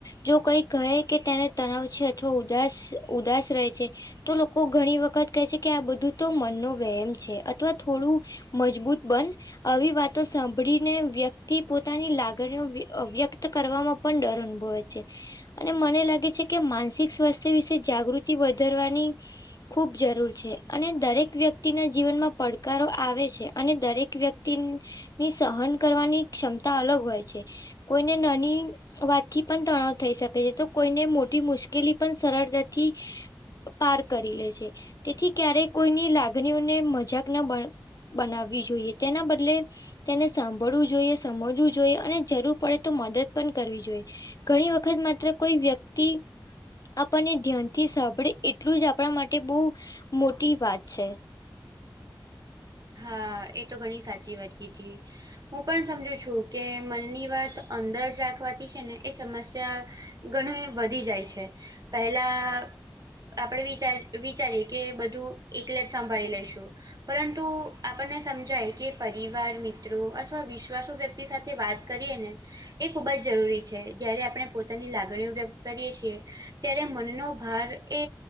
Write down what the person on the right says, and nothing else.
હા, એ તો ઘણી સાચી વાત કીધી. હું પણ સમજુ છું કે મનની વાત અંદર જ રાખવાથી છે ને એ સમસ્યા ઘણી વધી જાય છે પહેલા આપડે વિચાર વિચારીએ કે બધું એકલે જ સંભળી લઈશું પરંતુ આપણને સમજાય કે પરિવાર મિત્રો અથવા વિશ્વાસુ વ્યક્તિ સાથે વાત કરીએને એ ખૂબ જ જરૂરી છે જયારે આપણે પોતાની લાગણીઓ વ્યક્ત કરીએ છીએ ત્યારે મનનો ભાર એ